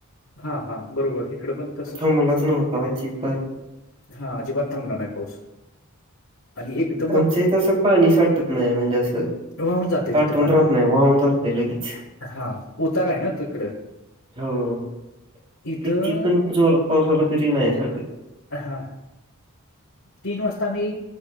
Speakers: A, on the left; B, on the right.
A: हा हा बरोबर इकडं पण तसच
B: थांबलाच
A: कंडिशन होत
B: नव्हता अजिबात
A: हा अजिबात थांबला नाही पाऊस आणि एकदा
B: आमच्या इथ असं पाणी साठत नाही म्हणजे असं
A: वाहून जाते
B: तटुन
A: तिथं पाणी
B: राहत नाही वाहुन ज्ञात लगेच लगेच
A: हा उतारा आहे ना तिकडं
B: हो
A: इथं
B: कितीपण ज्ञोरात पाऊस आला तरी नाही साचत
A: हांा तीन वाजता मी